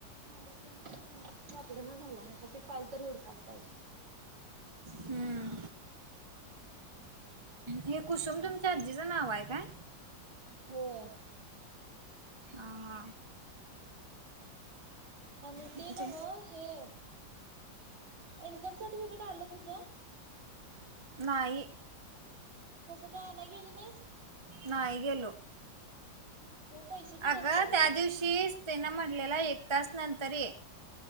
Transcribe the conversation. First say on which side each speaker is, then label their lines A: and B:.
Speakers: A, on the right; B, on the right.
A: माझा फोन सापडना झालाय तर ती फाईल तरी हुडकायला पाहिजे.
B: हम्म हे कुसुम तुमच्या
A: असं
B: अजी. तचं नाव आहे काय.
A: होय.
B: हा हा.
A: आणि
B: म्हणजे
A: ते नव हे. इन्कम सर्टिफिकेट आलं तुझं.
B: नाई.
A: तसं काय आणायला गेली नाहीस.
B: नाही गेलो
A: खुळे पैसे दिल्यास
B: अगं
A: बाळ
B: त्या
A: तू
B: दिवशी. तेच तिनं म्हटलेला एक तास नंतर ये.